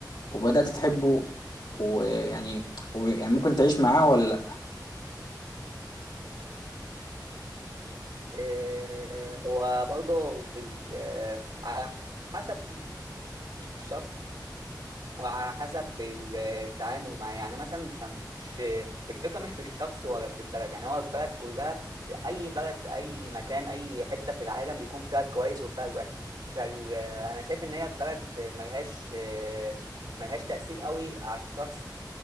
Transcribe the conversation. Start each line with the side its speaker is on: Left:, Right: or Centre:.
Left: وبدأت تحبه ويعني و- يعني ممكن تعيش معاه ولا لا
Right: إيه، وبرضه ال- آه، على حسب الشخص وعلى حسب التعامل معاه يعني مثلا مش الفكره مش في الشخص ولا في البلد يعني هو البلد كلها اي بلد اي مكان اي حته في العالم بيكون فيها الكويس وفيها الوحش فانا شايف ان هي البلد ملهاش ملهاش تاثير قوي على الشخص